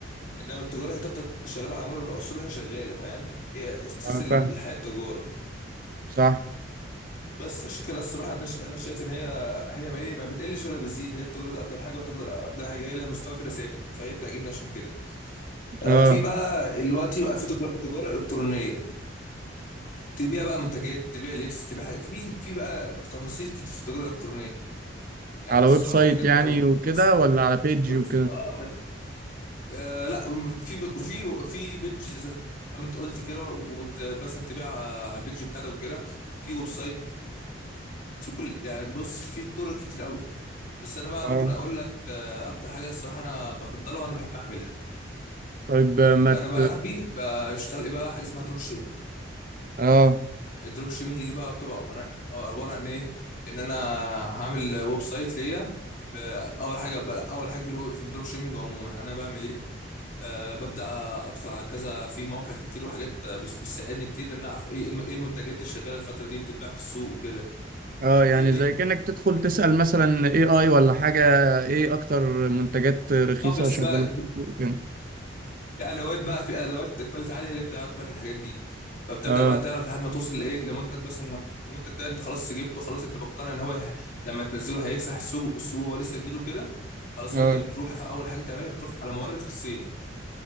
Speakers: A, on the left; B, on the right.
A: انما التجاره هتفضل شغاله على مر العصور هي شغاله فاهم هي اساس
B: اه
A: الحياه
B: فاهم
A: التجاره
B: صح
A: بس عشان كده الصراحه انا ش- انا شايف ان هي هي ما ايه ما بتقلش ولا بتزيد هي التجاره دي افضل حاجه وهتفضل افضل حاجه هي لها مستوى كده ثابت فهي بتعجبني عشان كده آه
B: اه
A: في بقى دلوقتي بقى في تج- تجاره الكترونيه تبيع بقى منتجات تبيع لبس تبيع حاجات في في بقى تفاصيل كتير في التجاره الالكترونيه يعني
B: على
A: دي
B: ويب
A: الصراحه
B: سايت
A: هي جامده
B: يعني
A: قوي
B: وكده
A: بس
B: ولا على بيج
A: ويبس
B: وكده
A: اه آه، لا في في في بيدج زي ما انت قلت كده وت- مثلا تبيع على البيدج بتاعتك وكده في ويب سايت في كل يعني بص في طرق كتير قوي بس انا بقى
B: اه
A: ممكن اقول لك آه، اكتر حاجه الصراحه انا بفضلها وانا بحب اعملها
B: طيب آه، ما
A: انا
B: ت...
A: بقى صاحبي بشتغل ايه بقى حاجه اسمها دروب شيبنج
B: اه
A: الدروب شيبنج دي بقى بتبقى عباره عن آه، عباره عن ايه ان انا هعمل ويب سايت ليا ب- اول حاجه ب- اول حاجه في الويب في الدروب شيبنج عموما انا بعمل ايه أه ببدا ادخل على كذا في مواقع كتير وحاجات آه، بس بتساعدني كتير ان انا اعرف ايه الم- ايه المنتجات اللي شغاله الفتره دي بتتباع في السوق وكده
B: اه يعني
A: فاهمني
B: زي كأنك تدخل تسأل مثلا اي اي ولا حاجة ايه اكتر منتجات رخيصة
A: اه بس
B: شغالة
A: بقى
B: في السوق وكده
A: في ادوات بقى في ادوات كواليتي عاليه هي اللي بتعرف لك الحاجات دي فبتبدا
B: اه
A: بقى تعرف لحد ما توصل لايه لمنتج بس إن المنتج ده انت خلاص جبته خلاص انت مقتنع ان هو ه- لما تنزله هيكسح السوق السوق وهو لسه جديد وكده خلاص
B: اه
A: بقى انت بتروح اول حاجه تعملها بتروح على مورد في الصين